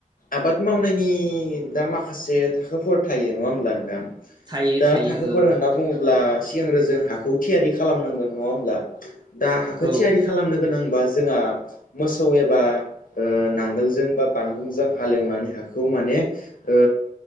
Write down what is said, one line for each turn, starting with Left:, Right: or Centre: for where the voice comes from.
Left: आबाद मावनायनि दा माखासे थाखोफोर थायो नङा होमब्ला नोंथां?
Right: थायो
Left: दा
Right: थायो
Left: थाखोफोर
Right: औ
Left: होनना बुङोब्ला सिगांग्रो जों हाखौ थियारि खालामनांगोन नङा होमब्ला? दा हाखो
Right: औ
Left: थियारि खालामनो गोनांबा जोंहा मोसौ एबा ओ नांगोलजों बा बानदुंजों हालेवनानै हाखौ माने ओ